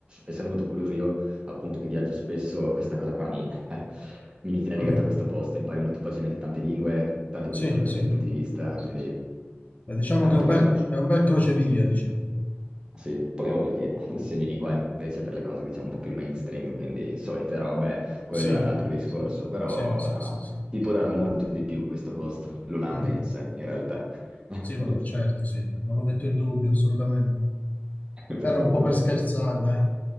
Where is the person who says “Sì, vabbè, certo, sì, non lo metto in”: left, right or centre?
Left